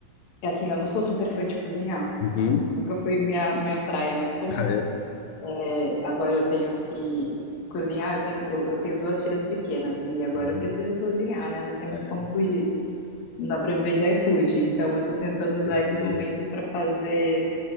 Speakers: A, on the left (about 70°); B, on the left (about 85°).
A: é assim, eu não sou super fã de cozinhar.
B: Uhum.
A: Nunca foi minha, minha praia, mas como
B: Ah, é?
A: é, agora eu tenho que cozinhar, eu tenho, eu, eu tenho duas filhas pequenas e agora
B: Uhum.
A: eu preciso cozinhar, né? Não tem muito
B: Ah, é,
A: como fugir. Não dá pra viver de iFood. Então eu tô tentando
B: certeza.
A: usar esses momentos pra fazer,